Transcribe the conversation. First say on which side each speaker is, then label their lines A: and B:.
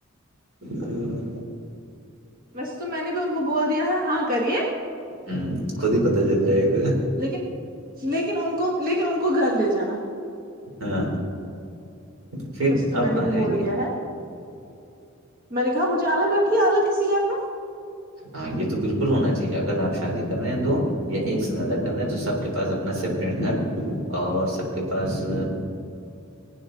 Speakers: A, on the right; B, on the right.
A: ہ
B: ویسے تو میں نے بھی ان کو بول دیا ہے ہاں کریے
A: ہوں خود ہی پتہ چل جائے گا
B: لیکن لیکن ان کو لیکن ان کو گھر دے جانا
A: ہاں پھر
B: وسے تو
A: آپ
B: میں
A: کہاں
B: نے بھی
A: جائیں
B: بول
A: گے
B: دیا ہے میں نے کہا مجھے الگ رکھیے الگ کسی گھر میں
A: ہاں یہ تو بالکل ہونا چاہیے اگر آپ شادی کر رہے ہیں دو یا ایک سے زیادہ کر رہے ہیں تو سب کے پاس اپنا سپریٹ گھر اور سب کے پاس